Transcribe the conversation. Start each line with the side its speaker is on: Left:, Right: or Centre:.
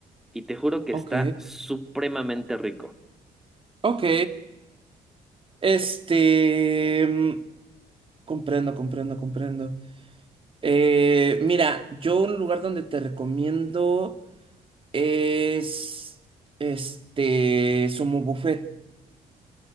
Centre: Y te juro que
Right: ok,
Centre: está supremamente rico.
Right: ok. Este, mm, comprendo, comprendo, comprendo. Eh, mira, yo un lugar donde te recomiendo es este Sumo Buffet.